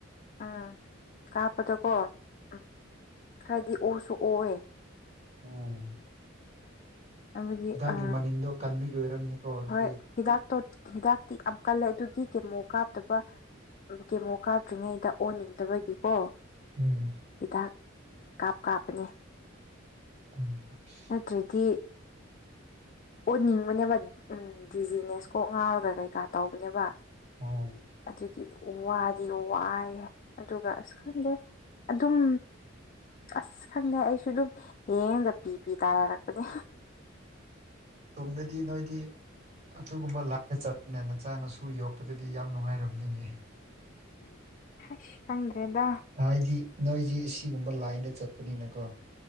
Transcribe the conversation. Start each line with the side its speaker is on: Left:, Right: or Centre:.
Left: ꯎꯝ ꯀꯥꯞꯄꯗꯀꯣ ꯎꯝ ꯈꯔꯗꯤ ꯑꯣꯁꯨ ꯑꯣꯑꯦ
Right: ꯎꯝ
Left: ꯑꯗꯨꯒꯤ
Right: ꯍꯤꯗꯥꯛꯀꯤ
Left: ꯑ
Right: ꯃꯅꯤꯟꯗꯣ ꯀꯟꯕꯒꯤ ꯑꯣꯏꯔꯝꯅꯤꯀꯣ ꯑꯗꯨꯗꯤ
Left: ꯍꯣꯏ ꯍꯤꯗꯥꯛꯇꯣ ꯍꯤꯗꯥꯛꯇꯤ ꯌꯥꯝ ꯀꯜꯂꯦ ꯑꯗꯨꯒꯤ ꯀꯦꯃꯣ ꯀꯥꯞꯇꯕ ꯀꯦꯃꯣ ꯀꯥꯞꯇ꯭ꯔꯤꯉꯩꯗ ꯑꯣꯟꯅꯤꯡꯗꯕꯒꯤꯀꯣ
Right: ꯎꯝ
Left: ꯍꯤꯗꯥꯛ ꯀꯥꯞ ꯀꯥꯞꯄꯅꯦ
Right: ꯎꯝ <inaudible>
Left: ꯅꯠꯇ꯭ꯔꯗꯤ ꯑꯣꯅꯤꯡꯕꯅꯦꯕ ꯎꯝ ꯗꯤꯖꯤꯅꯦꯁ ꯀꯣꯛ ꯉꯥꯎꯔꯒ ꯀꯩꯀꯥ ꯇꯧꯕꯅꯦꯕ
Right: ꯎꯝ
Left: ꯑꯗꯨꯒꯤ ꯋꯥꯗꯤ ꯋꯥꯏ ꯑꯗꯨꯒ ꯑꯁ ꯈꯪꯗꯦ ꯑꯗꯨꯝ ꯑꯁ ꯈꯪꯗꯦ ꯑꯩꯁꯨ ꯑꯗꯨꯝ ꯌꯦꯡꯗ ꯄꯤ ꯄꯤ ꯇꯥꯅꯔꯛꯄꯅꯦ
Right: ꯇꯨꯡꯗꯗꯤ ꯅꯣꯏꯗꯤ ꯑꯗꯨꯒꯨꯝꯕ ꯂꯥꯏꯅ ꯆꯠꯃꯤꯟꯅ ꯅꯆꯥꯅꯁꯨ ꯌꯣꯛꯄꯗꯗꯤ ꯌꯥꯝ ꯅꯨꯡꯉꯥꯏꯔꯝꯅꯤꯅꯦ
Left: ꯍꯩꯁ ꯈꯪꯗ꯭ꯔꯦꯗ
Right: ꯍꯥꯏꯗꯤ ꯅꯣꯏꯗꯤ ꯑꯁꯤꯒꯨꯝꯕ ꯂꯥꯏꯟꯗ ꯆꯠꯄꯅꯤꯅꯀꯣ